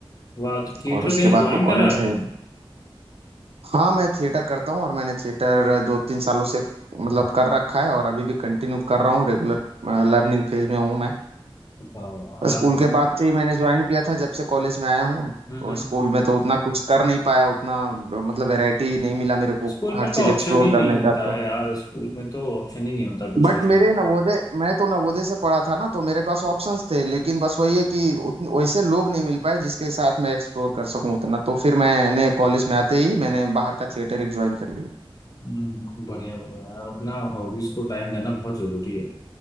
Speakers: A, on the left (about 40°); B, on the right (about 80°).
A: वाह तो थिएटर
B: और उसके
A: कहीं ज्वाइन
B: बाद तो
A: करा
B: कॉलेज
A: आपने
B: है हाँ मैं थिएटर करता हूँ और मैंने थिएटर दो तीन सालों से मतलब कर रखा है और अभी भी कंटिन्यू कर रहा हूँ रेगुलर लर्निंग फेज में हूँ मैं
A: वाह वाह हाँ
B: स्कूल
A: बहुत
B: के बाद
A: बढ़िया
B: से ही मैंने ज्वाइन किया था जब से कॉलेज में आया हूँ तो
A: हम्म हम्म
B: स्कूल में तो उतना कुछ कर नहीं पाया उतना मतलब वैरायटी नहीं मिला मेरे को
A: स्कूल
B: हर
A: में
B: चीज
A: तो ऑप्शन
B: एक्सप्लोर
A: ही
B: करने
A: नहीं होता
B: का तो
A: है यार स्कूल में तो ऑप्शन ही नहीं होता कुछ
B: बट
A: करने
B: मेरे
A: का
B: नवोदय मैं तो नवोदय से पढ़ा था ना तो मेरे पास ऑप्शंस थे लेकिन बस वही है कि उतन, वैसे लोग नहीं मिल पाए जिसके साथ मैं एक्सप्लोर कर सकूं उतना तो फिर मैंने कॉलेज में आते ही मैंने बाहर का थिएटर एक ज्वाइन कर लिया
A: हम्म बढ़िया बढ़िया यार अपना हॉबीज को टाइम देना बहुत जरूरी है